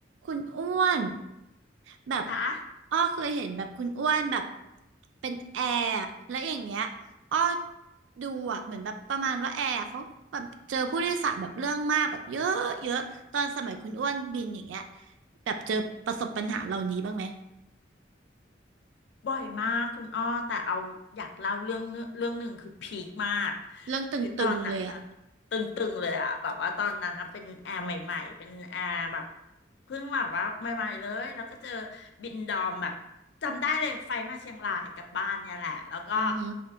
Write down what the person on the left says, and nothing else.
คะ
บ่อยมากคุณอ้อแต่เอาอยากเล่าเรื่องเนื้อเรื่องหนึ่งคือพีคมาก
คือตอนนั้นนะตึงๆเลยอะแบบว่าตอนนั้นนะเป็นแอร์ใหม่ๆเป็นแอร์แบบเพิ่งแบบว่าใหม่ๆเลยแล้วก็เจอบินดอมแบบจำได้เลยไฟมาเชียงรายกลับบ้านเนี่ยแหละแล้วก็